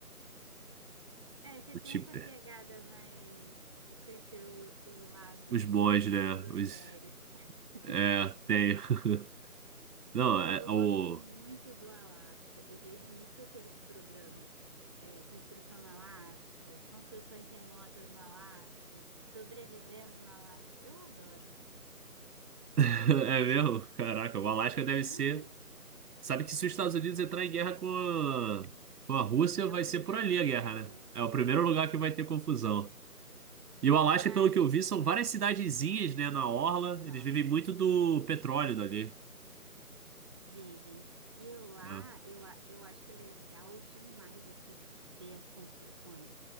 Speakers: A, on the right; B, on the right.
A: É, você
B: O
A: tem
B: Tibete.
A: essa pegada mais com esse o, o lado
B: Os monges,
A: mais
B: né?
A: esotérico.
B: Os...
A: <laughs>
B: É, tem. <laughs> Não,
A: Eu,
B: é,
A: eu
B: o...
A: gosto muito do Alasca. Eu vejo muito aqueles programas, é, Construção no Alasca, Construções Remotas no Alasca, Sobrevivendo no Alasca. Eu adoro.
B: <laughs> é mesmo? Caraca, o Alasca deve
A: Uhum.
B: ser. Sabe que se os Estados Unidos entrar em guerra com a... com a Rússia,
A: É
B: vai
A: o primeiro
B: ser por ali
A: lugar,
B: a guerra, né?
A: né?
B: É o primeiro lugar que vai ter confusão. E o Alasca,
A: Mas
B: pelo que eu vi, são várias cidadezinhas, né, na orla.
A: são.
B: Eles vivem muito do petróleo dali,
A: Vivem. E lá
B: né?
A: eu, a- eu acho legal demais assistir, ver as construções,